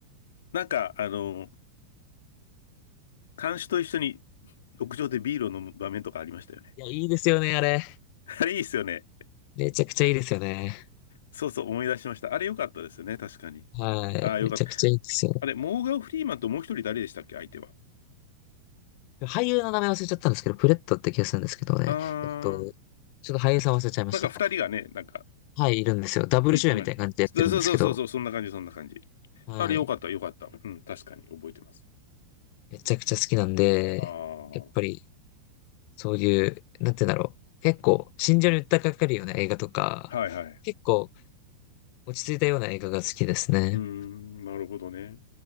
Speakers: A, on the left; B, on the left.
A: なんか、あの、看守と一緒に屋上でビールを飲む場面とかありましたよね。
B: いや、いいですよね、あれ。
A: <laughs> あれいいっすよね。
B: めちゃくちゃいいですよね。
A: そうそう、思い出しました。あれ良かったですよね、確かに。
B: はい。
A: ああ、よかった。
B: めちゃくちゃいいですよね。
A: あれ、モーガン・フリーマンともう一人誰でしたっけ、相手は。
B: 俳優の名前忘れちゃったんですけど、プレットって気がするんですけどね。
A: あ
B: えっと、
A: あ、
B: ちょっと俳優さん忘れちゃいました。
A: なんか二人がね、なんか、
B: はい、いるんですよ。ダブル主演みたいな感じでやってるんですけど、
A: い、いました。そうそうそうそう、そんな感じ、そんな感じ。
B: はい。
A: あれ、よかった、よかった。うん、確かに覚えてます。
B: めちゃくちゃ好きなんで、
A: ああ、
B: やっぱり、そういう、なんて言うんだろう。結構、心情に訴えかかるような映画とか、
A: うん。はいはい。
B: 結構、落ち着いたような映画が好きですね。
A: うーん、なるほどね。